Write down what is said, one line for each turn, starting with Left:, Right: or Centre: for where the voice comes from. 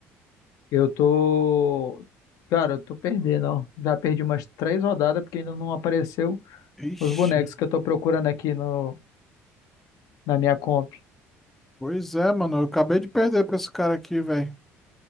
Left: Eu tô. Cara, eu tô perdendo, ó. Já perdi umas três rodadas porque ainda não apareceu
Centre: Ixi.
Left: os bonecos que eu tô procurando aqui no, na minha comp
Centre: Pois é, mano. Eu acabei de perder pra esse cara aqui, velho.